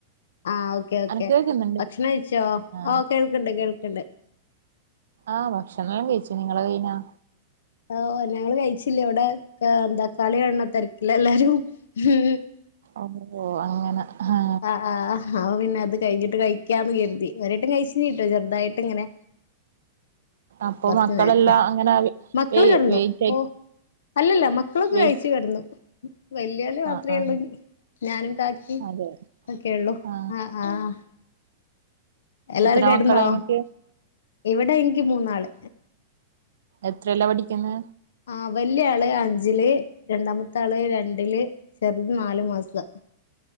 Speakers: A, on the left; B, on the right.
A: ആ ഒ ഓക്കേ ഓക്കെ
B: അനക്ക് കേക്കുന്നുണ്ട്
A: ഭക്ഷണം കഴിച്ചോ
B: ആ
A: ആഹ് കേൾക്കണ്ട് കേൾക്കണ്ട്
B: ആ ഭക്ഷണോം കഴിച്ച് നിങ്ങളെ കയിനാ?
A: ഓ ഞങ്ങള് വയിച്ചില്ല ഇവിടെ ഏഹ് ന്താ കളി കാണ് ണ തിരക്കില എല്ലാരും. മ്
B: അഹോ! അങ്ങനെ ഹാ!
A: ആഹ് ആഹ് <unintelligible> അപ്പൊ പിന്നെ അത് കയിഞ്ഞിട്ട് കഴിക്കാന്ന് കര്തി. ഒരട്ടം കഴിച്ചീന്ന് ട്ടോ ചെറ്തായിട്ട് ങ്ങനെ.
B: അപ്പൊ
A: കൊറച്ച്
B: മക്കളെല്ലാം
A: നേരത്തെ.
B: അങ്ങനെ
A: മക്കള്
B: വെ
A: കടന്നു.
B: വെയിറ്റ് ആക്കി
A: ഓ അല്ലല്ല മക്കളൊക്കെ
B: വെയിറ്റ്
A: കഴിച്ചു കടന്നു. വല്യോല് മാത്രേ
B: ആ ആ
A: ഉള്ളൂഞ്ഞ്. ഞാനും കാക്കിം.
B: അതെ
A: ഒക്കെയൊള്ളൂ
B: ആ
A: ആഹ് ആഹ് ആഹ് എല്ലാരും
B: എത്ര
A: കെടന്നോ?
B: മക്കളാ ഇങ്ങക്ക്
A: ഇവിടെ എനിക്ക് മൂന്നാള്.
B: എത്രേല്ലാ പഠിക്കുന്നെ?
A: ആ വല്യേ ആള് അഞ്ചില് രണ്ടാമത്തെ ആള് രണ്ടില് ചെറുത് നാല് മാസം.